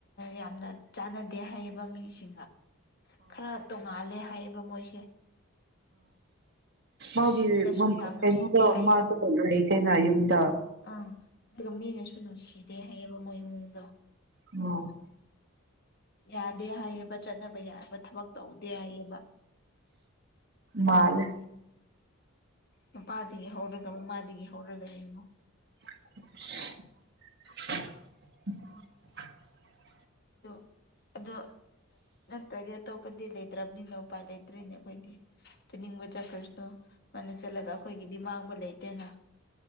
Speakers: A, on the left; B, on the right.
A: ꯌꯥꯝꯅ ꯆꯥꯟꯅꯗꯦ ꯍꯥꯏꯌꯦꯕ ꯃꯤꯁꯤꯡꯒ ꯈꯔ ꯇꯣꯡꯉꯥꯜꯂꯦ ꯍꯥꯏ ꯀꯃꯣꯏꯁꯦ
B: ꯑ ꯃꯥꯒꯤ
A: ꯃꯤꯅꯁꯨ ꯌꯥꯝ
B: ꯀꯩꯅꯣꯗ
A: ꯅꯨꯡꯁꯤꯗꯦ ꯍꯥꯏꯌꯦ
B: ꯃꯥꯗꯣ ꯂꯩ ꯀꯩꯅ ꯌꯨꯝꯗ
A: ꯑꯪ ꯑꯗꯨꯒ ꯃꯤꯅꯁꯨ ꯅꯨꯡꯁꯤꯗꯦ ꯍꯥꯏꯌꯦꯕ ꯃꯣꯏ ꯏꯃꯨꯡꯗꯣ
B: ꯎ
A: ꯌꯥꯗꯦ ꯍꯥꯏꯌꯦ ꯆꯠꯅꯕ ꯌꯥꯕ ꯊꯕꯛ ꯇꯧꯗꯦ ꯍꯥꯏꯌꯦꯕ
B: ꯃꯥꯜꯂꯦ
A: ꯃꯄꯥꯗꯒꯤ ꯍꯧꯔꯒ ꯃꯃꯥꯗꯒꯤ ꯇꯧꯔꯒ ꯏꯅꯣ
B: <unintelligible> <inaudible>
A: ꯑ ꯑꯗꯨ ꯅ꯭ꯔꯗꯤ ꯑꯇꯣꯞꯄꯗꯤ ꯂꯩꯇ꯭ꯔꯕꯅꯤꯅ ꯎꯄꯥꯥꯏ ꯂꯩꯇ꯭ꯔꯔꯤꯅꯦ ꯑꯩꯈꯣꯏꯗꯤ ꯅꯤꯡꯕ ꯆꯆꯥ ꯀ ꯃꯥꯅ ꯆꯠꯂꯒ ꯑꯩꯈꯣꯏꯒꯤꯗꯤ ꯃꯥꯡꯕ ꯂꯩꯇ ꯠꯇꯅ